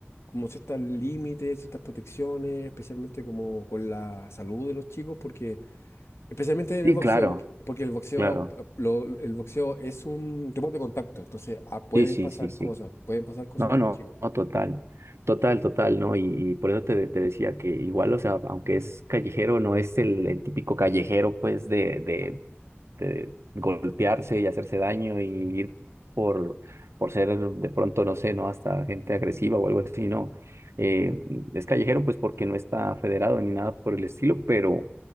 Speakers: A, on the left; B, on the right.
A: como ciertos límites, ciertas protecciones, especialmente como con la salud de los chicos, porque especialmente en
B: Sí,
A: el boxeo,
B: claro,
A: porque, porque el boxeo,
B: claro.
A: pa- lo- el boxeo es un deporte de contacto, entonces ah, pueden
B: Sí, sí,
A: pasar
B: sí, sí.
A: cosas, pueden pasar cosas
B: No,
A: con
B: no,
A: los chicos.
B: no, total, total, total, ¿no? Y, y por eso te, te decía que igual, o sea, aunque es callejero, no es el, el típico callejero, pues, de, de, de golpearse y hacerse daño y ir por, por ser de pronto, no sé, ¿no? Hasta gente agresiva o algo así, ¿no? Eh, es callejero, pues, porque no está federado ni nada por el estilo, pero,